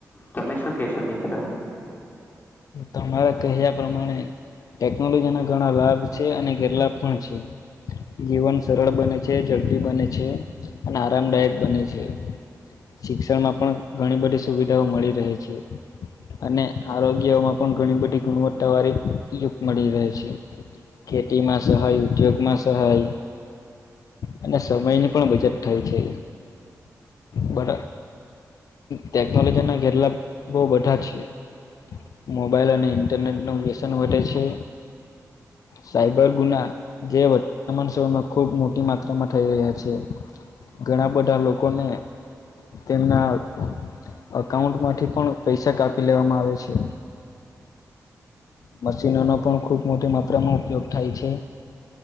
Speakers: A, on the left; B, on the left.
A: તમે શું કેશો મિત્રો
B: તમારા કહ્યા પ્રમાણે ટેકનોલોજી ના ઘણા લાભ છે અને કેટલા પણ છે જીવન સરળ બને છે ઝડપી બને છે. અને આરામદાયક બને છે. શિક્ષણમાં પણ ઘણી બધી સુવિધાઓ મળી રહે છે અને આરોગ્યમાં પણ ઘણી બધી ગુણવત્તા વારી યુગ મળી રહે છે. ખેતીટીમાંસહૈ ઉદ્યોગમાં સહાય અને સમયની પણ બચત થાય છે. બધા ટેકનોલોજી ના જેટલા બહ બધા છી. મોબાઈલ અને ઇન્ટરનેટ નું વ્યસન વધે છે સાયબર ગુના જે વર્તમાન સમયમાં ખુબ મોટી માત્રામાં થઈ રહ્યા છે. ઘણા બધા લોકોને તેમના અઉન્ટમાંથી પણ પૈસા કાપી લેવામાં આવે છે. મશીનોનો પણ ખૂબ મોટી માત્રામાં ઉપયોગ થાય છે.